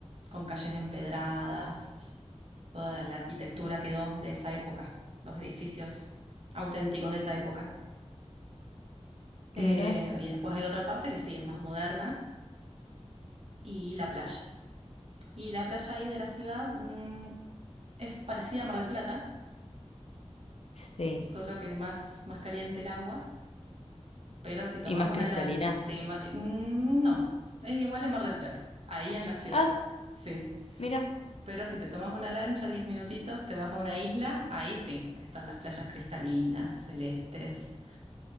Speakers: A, on the right (about 60°); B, on the left (about 60°).
A: con calles empedradas, toda la arquitectura quedó de esa época, los edificios auténticos de esa época. Eh,
B: mira,
A: y después hay otra parte que sí, es más moderna, y la playa. Y la playa ahí de la ciudad, mm, es parecida a Mar del Plata,
B: sí.
A: solo que más, más caliente el agua, pero si tomás
B: ¿Y más
A: una
B: cristalina?
A: lancha, sí, ma- mm, no, es igual en Mar del Plata, ahí en la ciudad,
B: Ah,
A: sí.
B: mira.
A: Pero si te tomas una lancha, 10 minutitos, te vas a una isla, ahí sí, están las playas cristalinas, celestes,